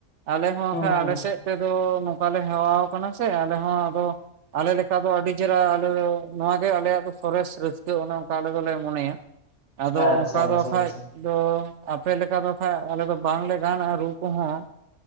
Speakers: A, on the right; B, on the left.
A: ᱟᱞᱮ ᱦᱚᱸ ᱵᱟᱠᱷᱟᱡ
B: ᱦᱩᱸ ᱦᱩᱸ
A: ᱟᱞᱮ ᱥᱮᱫ ᱛᱮᱫᱚ, ᱱᱚᱝᱠᱟ ᱞᱮ ᱦᱮᱣᱟ ᱠᱟᱱᱟ ᱥᱮ ᱟᱞᱮ ᱦᱚᱸ ᱟᱫᱚ ᱟᱞᱮ ᱞᱮᱠᱟ ᱫᱚ ᱟᱹᱰᱤ ᱪᱮᱦᱨᱟ ᱾ ᱟᱞᱮ ᱱᱚᱣᱟᱜᱮ ᱟᱞᱮᱭᱟᱜ ᱫᱚ ᱥᱚᱨᱮᱥ ᱨᱟᱹᱥᱠᱟᱹ ᱚᱱᱮ ᱚᱱᱠᱟ ᱟᱞᱮ ᱫᱚᱞᱮ ᱢᱚᱱᱮᱭᱟ ᱾ ᱟᱫᱚ
B: ᱟᱪᱪᱷᱟ
A: ᱚᱱᱠᱟ
B: ᱟᱪᱪᱷᱟ
A: ᱫᱚ ᱠᱷᱟᱡ
B: ᱟᱪᱪᱷᱟ
A: ᱫᱚᱼᱼ ᱟᱯᱮ ᱞᱮᱠᱟ ᱫᱚ ᱠᱷᱟᱱᱡ ᱟᱞᱮ ᱫᱚ ᱵᱟᱝᱞᱮ ᱜᱟᱱᱼᱟ ᱨᱩ ᱠᱚᱦᱚ ᱾